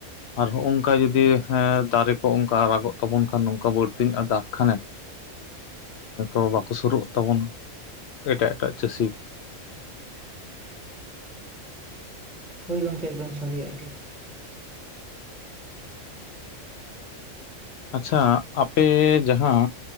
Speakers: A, on the left; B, in the centre.
A: ᱟᱨ ᱦᱚᱜ ᱚᱝᱠᱟ ᱡᱩᱫᱤ ᱦᱮ ᱫᱟᱨᱮ ᱠᱚ ᱚᱱᱠᱟ ᱟᱨᱟᱜᱚᱜ ᱛᱟᱵᱚᱱ ᱠᱷᱟᱱ ᱱᱚᱝᱠᱟ ᱵᱟᱹᱲᱛᱤ ᱧᱚᱜ ᱮ ᱫᱟᱜ ᱼᱼ ᱠᱷᱟᱱᱮ <unintelligible> ᱵᱟᱠᱚ ᱥᱩᱨᱩᱜ ᱛᱟᱵᱚᱱ ᱮᱴᱟᱜ ᱮᱴᱟᱜ ᱪᱟᱹᱥᱤ᱾
B: ᱦᱚᱭ ᱜᱚᱝᱠᱮ ᱮᱠᱚᱢ ᱥᱟᱹᱨᱤᱭᱟᱜ ᱜᱮ᱾
A: ᱟᱪᱪᱷᱟ ᱟᱯᱮ ᱡᱟᱦᱟᱸ